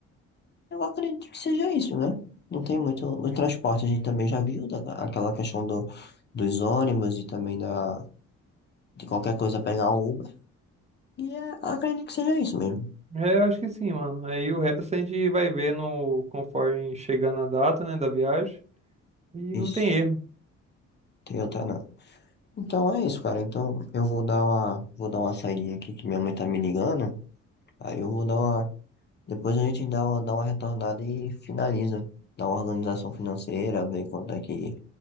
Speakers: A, on the left; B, on the right.
A: Eu acredito que seja isso, né? Não tem muito. O transporte a gente também já viu, da- aquela questão do, dos ônibus e também da, de qualquer coisa pegar um Uber. E é, acredito que seja isso mesmo.
B: É, eu acho que sim, mano. Aí o resto a gente vai ver no, conforme chegar na data, né, da viagem. E
A: Isso.
B: não tem erro.
A: Tem outra não. Então é isso, cara. Então eu vou dar uma, vou dar uma saidinha aqui que minha mãe tá me ligando. Aí eu vou dar uma. Depois a gente dá, uma- dá uma retornada e finaliza. Dá uma organização financeira, ver quanto é que